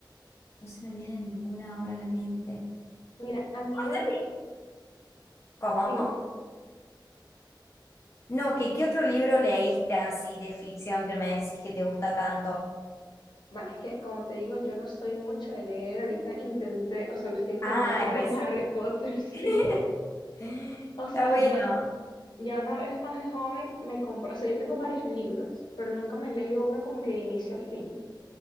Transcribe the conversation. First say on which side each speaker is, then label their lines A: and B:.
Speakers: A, on the left (about 35°); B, on the left (about 65°).
A: No se me viene ninguna ahora a la mente.
B: Mira, a mí
A: Contame,
B: de,
A: ¿cómo?
B: dime.
A: No, que qué otro libro leíste así de ficción que me decís que te gusta tanto.
B: Bueno, es que como te digo, yo no soy mucho de leer. Ahorita intenté, o sea, lo estoy intentando
A: Ah, recién.
B: con Harry Potter, <laughs> sí.
A: <laughs> Está
B: O sea,
A: bueno.
B: yo ya una vez más de joven me compré, o sea, yo tengo varios libros, pero nunca me he leído uno como que de inicio a fin.